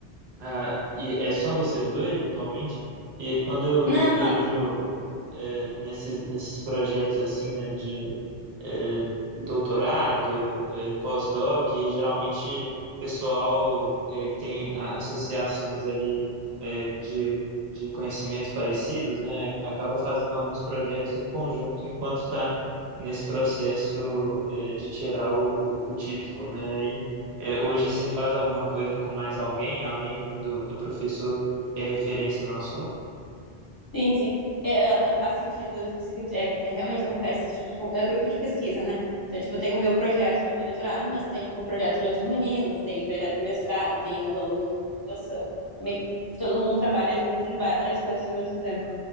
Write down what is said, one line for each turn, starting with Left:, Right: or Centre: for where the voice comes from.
Right: Ah, e é só vocês dois atualmente? E quando eu,
Left: Não,
Right: eu vejo eh, nesses, nesses projetos assim, né, de eh, doutorado, eh, pós-doc, e geralmente pessoal eh, que tem a- associações ali eh, de, de conhecimentos parecidos, né, acaba fazendo alguns projetos em conjunto enquanto está nesse processo eh, de tirar o, o, o título, né? É, hoje você faz alguma coisa com mais alguém, além do, do do professor que é referência no assunto?
Left: Sim, sim. É, é, é, faz sentido. isso que- É, é, realmente acontece isso. Tipo, é grupo de pesquisa, né? Então, tipo, tem o meu projeto do meu doutorado, mas tem, tipo, projeto de outros meninos, tem projeto de mestrado, tem os alunos de graduação. Meio que todo mundo trabalha junto em várias coisas ao mesmo tempo.